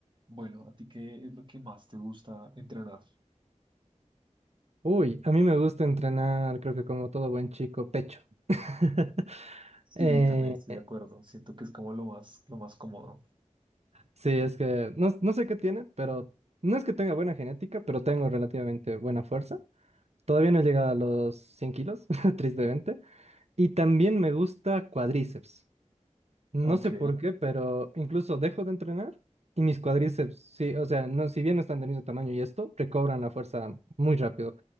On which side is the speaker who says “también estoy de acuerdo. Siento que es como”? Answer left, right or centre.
Right